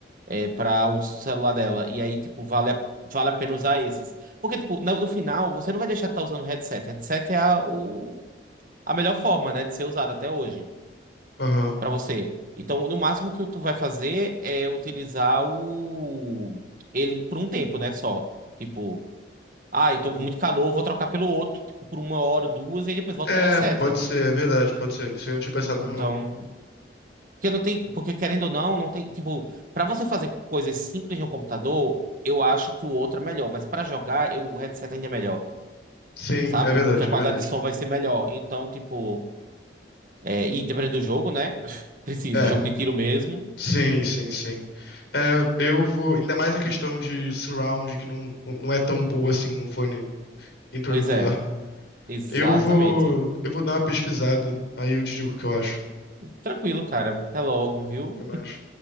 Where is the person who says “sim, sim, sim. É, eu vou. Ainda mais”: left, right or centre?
Left